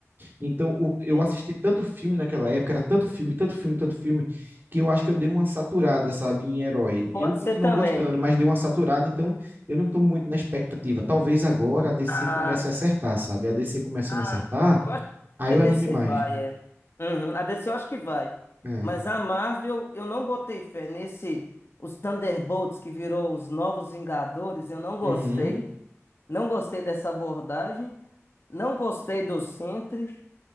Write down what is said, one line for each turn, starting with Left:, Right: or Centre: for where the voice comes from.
Right: Então o- eu
Left: Sim,
Right: assisti tanto filme naquela época, era tanto filme, tanto filme, tanto filme, que eu acho que eu dei uma saturada, sabe, em herói.
Left: pode
Right: Eu continuo
Left: ser também.
Right: gostando, mas dei uma saturada, então eu não tô muito na expectativa. Talvez agora a DC
Left: Ah,
Right: comece a acertar, sabe? A DC começando
Left: ah,
Right: a acertar,
Left: eu acho
Right: aí
Left: que
Right: eu
Left: a DC
Right: anime mais.
Left: vai, é. Uhum, a DC eu acho que vai.
Right: É.
Left: Mas a Marvel, eu não botei fé nesse. Os Thunderbolts, que virou os Novos Vingadores, eu não gostei.
Right: Uhum.
Left: Não gostei dessa abordagem. Não gostei do Sentry.